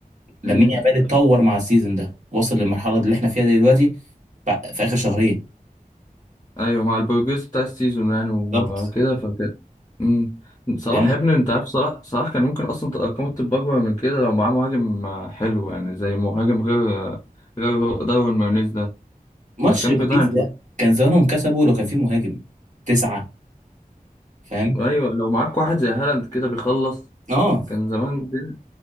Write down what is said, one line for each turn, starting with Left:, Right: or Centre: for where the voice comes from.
Right: لامين
Left: مم.
Right: يامال اتطور مع السيزون ده وصل للمرحله اللي احنا فيها دلوقتي بع- في اخر شهرين
Left: أيوه مع البروجريس بتاع السيزون يعني وكده
Right: بالظبط
Left: فكده مم. صلاح
Right: فاهم
Left: يا ابني أنت عارف صلاح صلاح كان ممكن أصلا أرقامه تبقى أكبر من كده لو معاه مهاجم حلو يعني زي مهاجم غير غير داروين مارينيز ده
Right: ماتش
Left: ده كان
Right: باريس
Left: بيضيع
Right: ده كان زمانهم كسبوا لو كان في مهاجم تسعة فاهم
Left: ايوه لو معاك واحد زي هالاند كده بيخلص
Right: اه
Left: كان زمان الدنيا